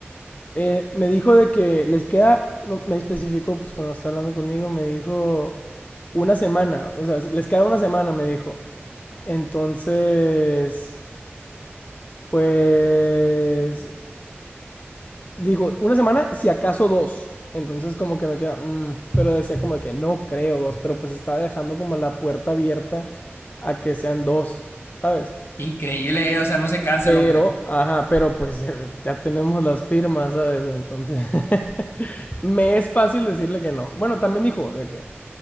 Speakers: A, on the left; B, on the left.
A: eh, me dijo de que les queda, no, me especificó, pues cuando estaba hablando conmigo, me dijo una semana, o sea, les queda una semana, me dijo. Entonces, Pues dijo, una semana, si acaso dos. Entonces como que me queda, mm, pero decía como de que no creo dos, pero pues está dejando como la puerta abierta a que sean dos, ¿sabes?
B: Increíble, eh, o sea, no se cansa
A: Pero,
B: el hombre.
A: ajá, pero pues eh, ya tenemos las firmas, ¿sabes? Entonces, <laughs> me es fácil decirle que no. Bueno, también dijo de que